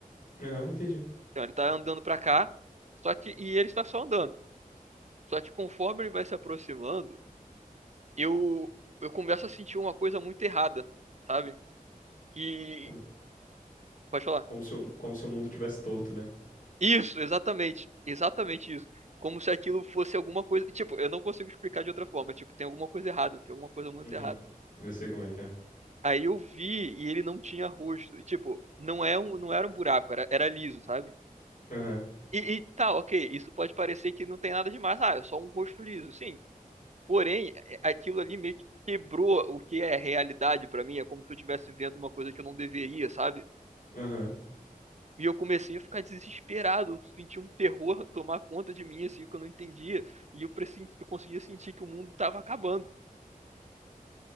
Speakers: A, on the left; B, on the right.
A: aham, entendi.
B: Então ele tá andando pra cá, só que. E ele está só andando. Só que conforme ele vai se aproximando, eu, eu começo a sentir uma coisa muito errada, sabe? E.
A: Como,
B: Pode falar.
A: como se o, como se o mundo tivesse torto, né?
B: Isso, exatamente. Exatamente isso. Como se aquilo fosse alguma coisa. Tipo, eu não consigo explicar de outra forma. Tipo, tem alguma coisa errada, tem alguma coisa muito
A: Uhum.
B: errada.
A: Eu sei como é que é.
B: Aí eu vi e ele não tinha rosto. E, tipo, não é um, não era um buraco, era, era liso, sabe?
A: Aham,
B: E, e tá, ok, isso pode parecer que não tem nada demais. Ah, é só um rosto liso, sim. Porém, é- aquilo ali meio que quebrou o que é realidade pra mim. É como se eu estivesse vendo uma coisa que eu não deveria, sabe?
A: aham.
B: E eu comecei a ficar desesperado. Eu senti um terror tomar conta de mim, assim, que eu não entendia. E eu, pressenti, eu conseguia sentir que o mundo tava acabando.